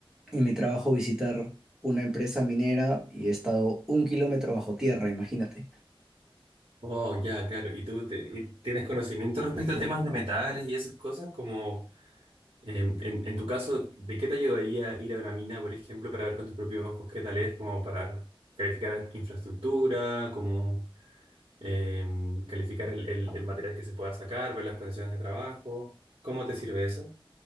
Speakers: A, in the centre; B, on the right (about 70°).
A: en mi trabajo visitar una empresa minera y he estado un kilómetro bajo tierra, imagínate.
B: Oh, ya, claro. ¿Y tú te- y tienes conocimiento respecto a temas de metales y esas cosas? Como em, en, en tu caso, ¿de qué te ayudaría ir a una mina, por ejemplo, para ver con tus propios ojos qué tal es, como para calificar infraestructura, como em, calificar el, el- el material que se pueda sacar, ver las condiciones de trabajo? ¿Cómo te sirve eso?